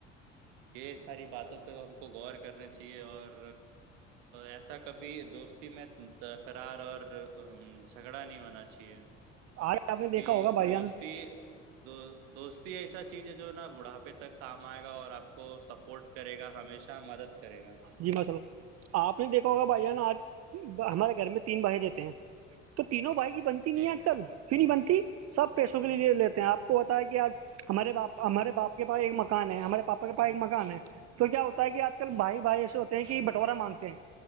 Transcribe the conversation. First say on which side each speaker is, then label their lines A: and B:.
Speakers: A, on the right; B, on the right.
A: یہ ساری باتوں پہ ہم کو غور کرنا چاہیے اور ایسا کبھی دوستی میں تقرار اور جھگڑا نہیں ہونا چاہیے ہے
B: آج
A: کیونکہ
B: آپ نے دیکھا ہوگا بھائی
A: دوستی
B: جان
A: دو دوستی ایسا چیز ہے جو نا بڑھاپے تک کام آئے گا اور آپ کو سپورٹ کرے گا ہمیشہ مدد کرے گا
B: جی ماصل آپ نے دیکھا ہوگا بھائی جانا آج ہمارے گھر میں تین بہائی دیتے ہیں تو تینوں بھائی کی بنتی نہیں
A: جی
B: ہے آج کل کیوں نہیں بنتی سب پیسوں کے لیے لیتے ہیں آپ کو بتا ہے کہ آج ہمارے باپ ہمارے باپ کے پاس ایک مکان ہے ہمارے پاپا کے پاس ایک مکان ہے تو کیا ہوتا ہے کہ آپ بھائی
A: ہوں
B: بھائی ایسے ہوتے ہیں کہ بٹوارا مانگتے ہیں